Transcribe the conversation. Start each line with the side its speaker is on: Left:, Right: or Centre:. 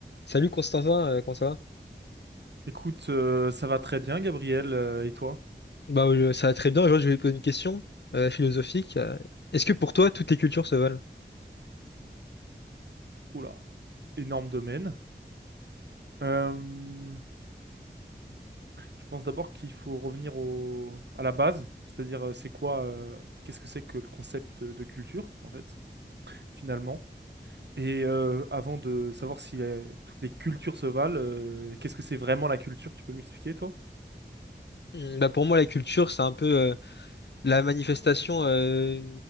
Left: Salut Constantin, euh, comment ça va?
Right: Écoute, euh, ça va très bien, Gabriel, euh, et toi?
Left: Bah, euh, ça va très bien. Aujourd'hui, je vais te poser une question euh, philosophique. Euh, Est-ce que pour toi, toutes les cultures se valent?
Right: Oula, énorme domaine. Euh, je pense d'abord qu'il faut revenir au, à la base, c'est-à-dire euh, c'est quoi, euh, qu'est-ce que c'est que le concept de culture, en fait, finalement. Et euh, avant de savoir si euh, toutes les cultures se valent, euh, qu'est-ce que c'est vraiment la culture? Tu peux m'expliquer, toi?
Left: Hmm, Bah, pour moi, la culture, c'est un peu euh, la manifestation euh,